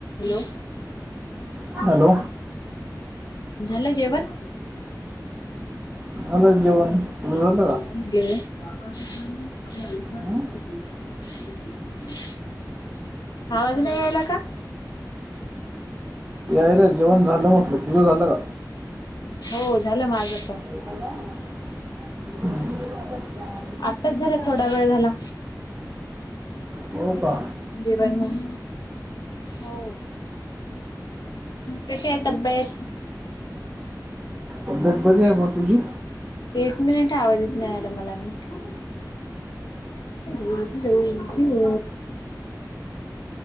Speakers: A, on the left; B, on the right.
A: Hello.
B: Hello
A: झालं जेवण?
B: झालं जेवण तुझ झालं?
A: बाबासाहेबांनी आपल्या आयुष्यात
B: हं?
A: अनेक विचार केले आणि प्रेरणा दिल्या आवाज नाही यायला का?
B: यायला जेवण झालं म्हटलं तुझं झालं का?
A: हो झालं माझं पण.
B: <unintelligible>
A: आताच झाला थोडा वेळ झाला.
B: हो का
A: जेवण मग हो कशी आहे तब्येत?
B: तब्येत बरी आहे बुवा तुझी?
A: एक मिनिट आवाजच नाही आला मला नीट hello hello hello